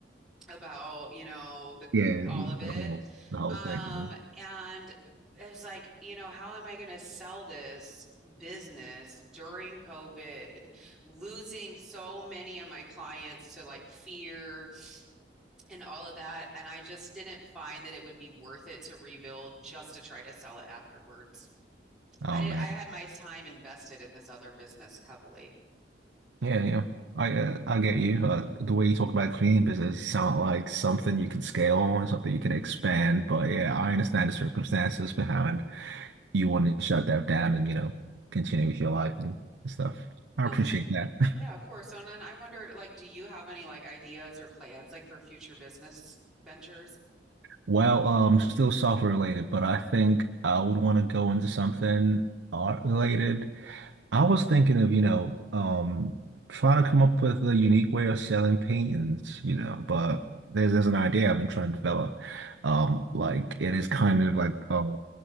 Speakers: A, in the centre; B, on the right.
A: about, you know, the
B: Yeah,
A: all
B: you-
A: of it.
B: the whole, the whole
A: Um,
B: thing. you know?
A: and it was like, you know, how am I going to sell this business during COVID, losing so many of my clients to like fear? and all of that. And I just didn't find that it would be worth it to rebuild just to try to sell it afterwards.
B: Oh
A: I did,
B: man.
A: I had my time invested in this other business heavily.
B: Yeah, yeah. I uh, I get you. Uh, the way you talk about cleaning business sound like something you can scale on, something you can expand. But yeah, I understand the circumstances behind you wanting to shut that down and you know continue with your life and stuff. I
A: Um,
B: appreciate
A: is-
B: that. <laughs>
A: yeah, of course. And then I wondered, like, do you have any like ideas or plans like for future business ventures?
B: Well, um, still software related, but I think I would want to go into something art related. I was thinking of, you know, um, trying to come up with a unique way of selling paintings, you know, but there's there's an idea I've been trying to develop. Um, like it is kind of like um,